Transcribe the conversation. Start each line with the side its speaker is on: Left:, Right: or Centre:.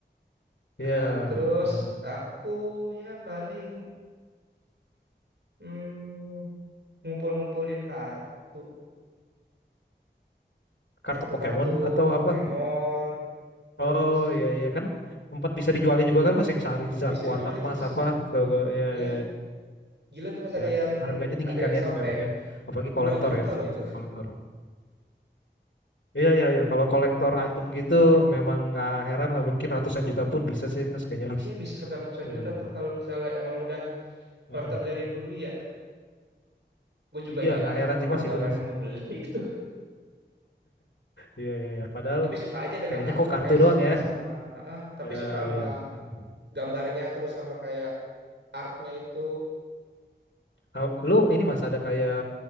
Left: Iya,
Right: Ah, terus
Left: olahraga
Right: aku ya paling hmm, ngumpul-ngumpulin kartu.
Left: kartu
Right: Kartu-kartu
Left: Pokemon atau
Right: Pokemon.
Left: apa
Right: Terus
Left: Oh iya iya kan tempat bisa dijualin juga kan Mas yang Charizard
Right: ya bisa dijual
Left: warna
Right: itu
Left: emas
Right: mas.
Left: apa atau ya
Right: Iya.
Left: ya
Right: Gila tuh Mas ada
Left: ya
Right: yang
Left: harganya tinggi
Right: ada
Left: kan
Right: yang
Left: ya
Right: sampai
Left: memang ya apalagi
Right: puluhan
Left: kolektor
Right: juta
Left: ya
Right: loh
Left: sama
Right: itu.
Left: sama kolektor. Iya iya iya kalau kolektor
Right: Satu
Left: item
Right: kartu
Left: gitu
Right: doang.
Left: memang nggak heran lah mungkin ratusan juta pun bisa sih Mas kayaknya Mas.
Right: Iya bisa sampai ratusan
Left: Itu
Right: juta
Left: memang.
Right: tuh kalau misalnya emang udah kolektor
Left: Heeh.
Right: dari dulu ya. Gue juga
Left: Iya
Right: heran
Left: nggak
Right: tuh
Left: heran
Right: kenapa
Left: sih Mas
Right: ada
Left: itu
Right: orang
Left: Mas.
Right: yang mau beli itu.
Left: Iya iya iya
Right: <laughs>
Left: padahal
Right: Tapi suka aja dengan
Left: kayaknya
Right: artworknya,
Left: kok kartu doang
Right: suka
Left: ya.
Right: sama, heeh, tapi
Left: Ya
Right: suka sama
Left: ya. Mm-mm.
Right: gambarnya terus sama kayak artnya itu.
Left: Ah, Lu ini Mas ada kayak